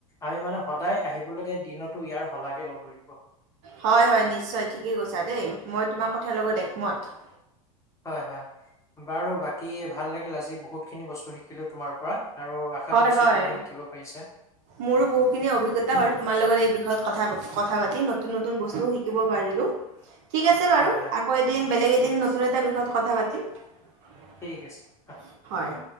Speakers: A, on the left (about 15°); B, on the right (about 55°).
A: আমি মানে সদায় আহিবলগীয়া দিনতো ইয়াৰ শলাগে লব লাগিব।
B: হয় হয় নিশ্চয় ঠিকেই কৈছা দেই মই তোমাৰ কথাৰ লগত একমত।
A: হয় হয় বাৰু বাকী ভাল লাগিল আজি বহুত খিনি বস্তু শিকিলো তোমাৰ পৰা আৰু আশা
B: হয়
A: কৰিছো
B: হয়
A: তুমিও শিকিব পাৰিছা।
B: মোৰো বহুখিনি অভিজ্ঞতা হ'ল তোমাৰ লগত এই বিষয়ত কথা পা কথা পাতি নতুন নতুন বস্তু শিকিব পাৰিলো ঠিক আছে বাৰু
A: হয় হয়
B: আকৌ এদিন বেলেগ
A: ঠিক
B: এদিন
A: আছে
B: নতুন এটা বিষয়ত কথা পাতিম
A: ঠিক আছে হ
B: হয়